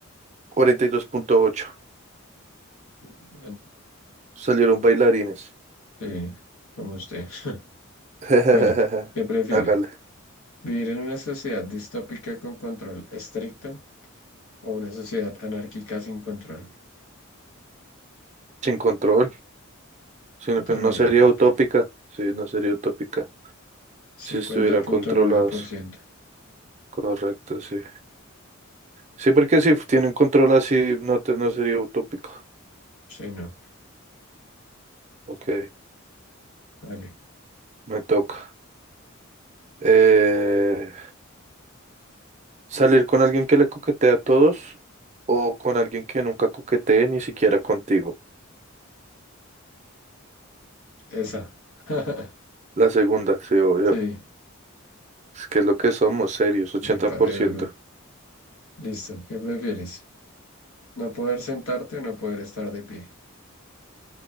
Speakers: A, on the right; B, on the left.
A: cuarenta y dos punto ocho,
B: Bueno,
A: Salieron bailarines.
B: sí, como usted. <laughs>
A: <laughs>
B: Bueno, ¿qué prefiere?
A: Hágale.
B: ¿Vivir en una sociedad distópica con control estricto o una sociedad anárquica sin control?
A: Sin control. sino que
B: También,
A: no sería
B: papá.
A: utópica, sí, no sería utópica
B: cincuenta
A: si estuvieran
B: punto
A: controlados.
B: nueve por ciento
A: Correcto, sí. Sí, porque si tienen control así, no, te- no sería utópico.
B: Sí, no.
A: Ok,
B: Vale.
A: me toca. Eh, ¿salir con alguien que le coquetea a todos o con alguien que nunca coquetee ni siquiera contigo?
B: Esa. <laughs>
A: La segunda, sí, obvio.
B: Sí,
A: Es que es lo que somos, serios, 80%.
B: se pare duro. Listo. ¿Qué prefieres? No poder sentarte, no poder estar de pie.